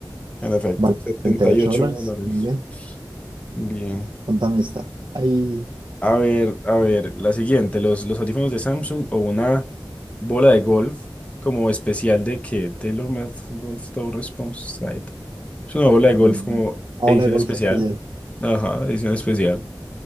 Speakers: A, on the left (about 15°); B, on the right (about 70°).
A: en efecto,
B: Vale,
A: setenta
B: setenta y ocho
A: y ocho
B: dólares.
A: dólares.
B: Muy bien.
A: Bien.
B: Contame esta. Ahí.
A: A ver, a ver, la siguiente, los, los audífonos de Samsung o una bola de golf como especial de que TaylorMade Golf Toe Response Stripe. Es una bola de
B: bueno,
A: golf como
B: Bola
A: edición
B: de golf
A: especial.
B: especial.
A: Ajá, edición especial.